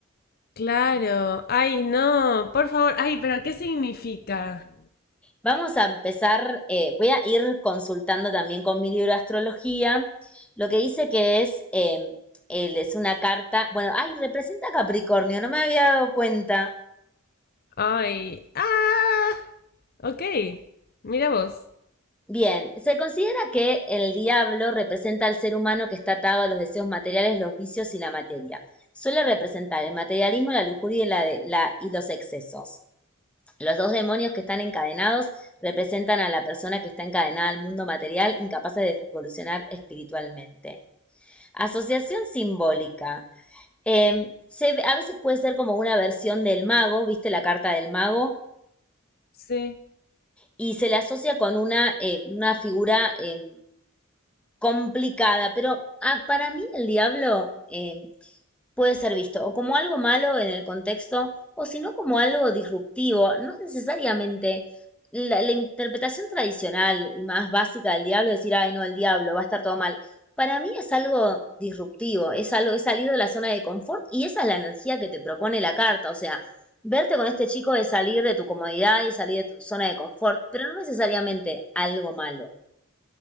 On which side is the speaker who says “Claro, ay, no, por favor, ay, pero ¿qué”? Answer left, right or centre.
Left